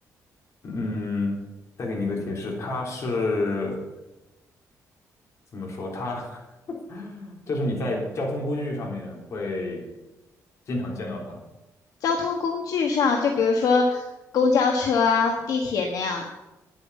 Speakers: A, on the left; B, on the left.
A: 嗯，再给你一个提示，它是怎么说？它 <laughs> 就是你在交通工具上面会经常见到它。
B: 交通工具上，就比如说公交车啊、地铁那样，